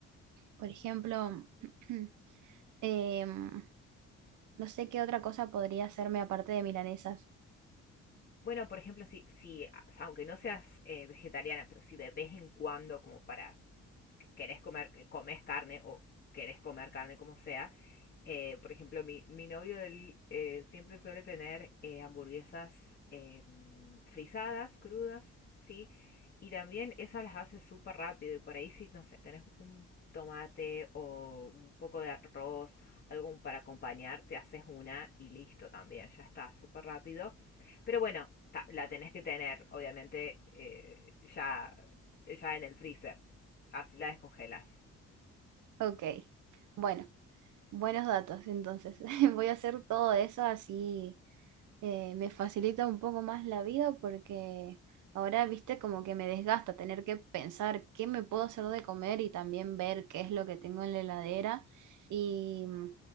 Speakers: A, on the right; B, on the left.
A: por ejemplo, <clears throat> em, no sé qué otra cosa podría hacerme aparte de milanesas.
B: Bueno, por ejemplo, si, si a- aunque no seas eh, vegetariana, pero si de vez en cuando, como para que querés comer, que comes carne o querés comer carne como sea, eh, por ejemplo, mi, mi novio él, eh, siempre suele tener eh, hamburguesas eh, frisadas, crudas, ¿sí? Y también esas las haces súper rápido y por ahí si, no sé, tenés un tomate o un poco de arroz, algo para acompañar, te haces una y listo también, ya está, súper rápido. Pero bueno, ta- la tenés que tener, obviamente, eh, ya, ya en el freezer, así la descongelas.
A: Ok, bueno. Buenos datos, entonces. <laughs> Voy a hacer todo eso así eh, me facilita un poco más la vida porque ahora, viste, como que me desgasta tener que pensar qué me puedo hacer de comer y también ver qué es lo que tengo en la heladera y mm,